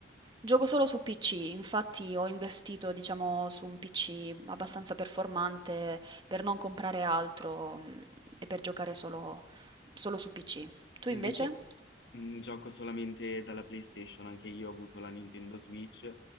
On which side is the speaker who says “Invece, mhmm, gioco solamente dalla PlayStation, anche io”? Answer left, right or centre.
Left